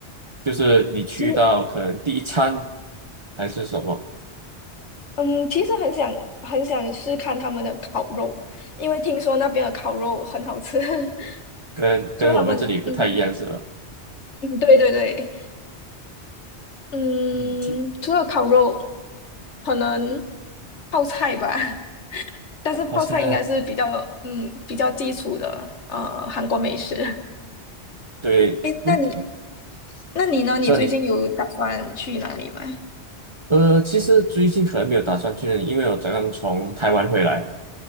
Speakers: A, on the right; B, on the left.
A: 就是你去到可能第一餐
B: 其实，
A: 还是什么，
B: 嗯，其实很想很想试看他们的烤肉，因为听说那边的烤肉很好吃。<laughs>
A: 跟跟我们这里不太一样是吧？
B: 就他们，嗯嗯，对对对，嗯，
A: 嗯，这
B: 除了烤肉，可能泡菜吧，<laughs> 但是泡菜应该是比较，
A: 哦好像
B: 嗯，比较基础的，呃，韩国美食。
A: 对，
B: 哎，
A: 如
B: 那你那你呢？
A: 你说你
B: 你最近有打算去哪里吗？
A: 呃，其实最近可能没有打算去那里，因为我刚刚从台湾回来，